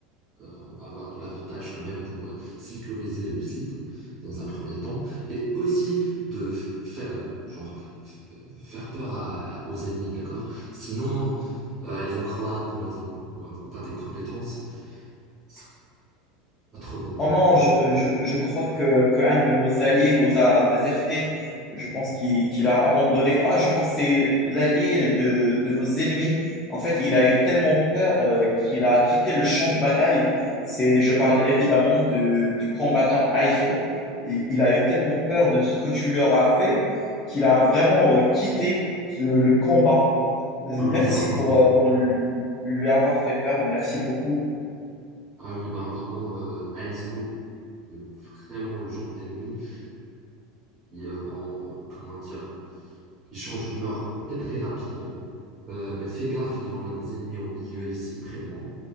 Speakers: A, on the right; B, on the left.
A: Euh, on va avoir de l'avantage quand même pour euh, sécuriser le site dans un premier temps et aussi de f- faire, euh, genre, f- faire peur à- à- aux ennemis, d'accord? Sinon, euh, ils vont croire qu'on n'avons qu'on n'avons pas des compétences. C'est pas trop bon, tu
B: Oh non,
A: vois.
B: je, je, je crois que, qu'un de nos alliés nous a désertés. Je pense qu'il qu'il a abandonné. Ah, je pense que c'est l'allié de, de nos ennemis. En fait, il a eu tellement peur euh, qu'il a quitté le champ de bataille. C'est, je parle évidemment du, du combattant Aizo. Il, il a eu tellement peur de ce que tu lui auras fait qu'il a vraiment euh, quitté le, le combat. Merci
A: Ah oui, là, apparemment.
B: pour, euh, pour lui lui avoir fait peur. Merci beaucoup.
A: Ah oui, bah, apparemment, euh, Aizu, euh, vraiment le genre d'ennemi, ils euh, vont, comment dire, Il change d'humeur très très rapidement. Euh, mais fais gaffe, il y en a des ennemis au milieu ici, près de moi.